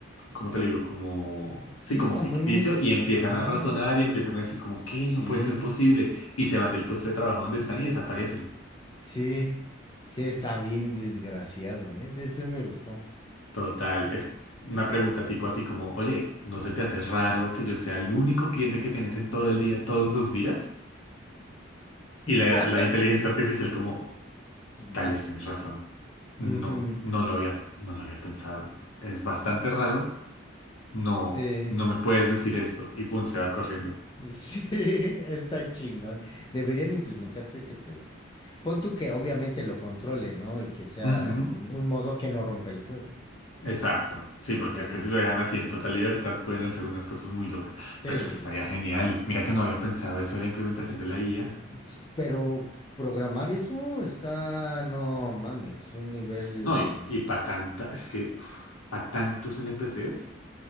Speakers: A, on the left (about 80°); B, on the left (about 20°).
A: como te lo digo? Como, sí,
B: sí,
A: como
B: como
A: ficticio
B: un... mon-
A: y empiezan
B: Ajá.
A: a razonar y empiezan a decir como,
B: Sí,
A: ¿qué? No puede ser posible. Y se van del puesto de trabajo donde están y desaparecen.
B: sí, sí, está bien desgraciado, ¿eh? Ese me gustó.
A: Total, es una pregunta tipo así como, oye, ¿no
B: Ujú.
A: se te hace raro que yo sea el único cliente que tienes en todo el día, todos los días? Y la,
B: <laughs>
A: la inteligencia artificial como,
B: What?
A: tal vez tienes razón. No,
B: Ujú.
A: no lo había, no lo había pensado. Es bastante raro. No,
B: Eh,
A: no me puedes decir esto. Y pum, se va corriendo.
B: sí, <laughs> está chingón. Deberían implementar todo ese pedo. Pon tú que obviamente lo controle, ¿no? Y que sea
A: Ujú.
B: un modo que no rompe el juego.
A: Exacto, sí,
B: Totalmente.
A: porque es que si lo dejan así en total libertad pueden hacer unas cosas muy locas,
B: Sí,
A: pero es que estaría
B: no.
A: genial. Mira que no había pensado eso de la implementación
B: Qui-
A: de
B: qui-
A: la IA.
B: Pero programar eso está, no mames, un nivel.
A: No, y, y para tanta, es que para tantos NPCs,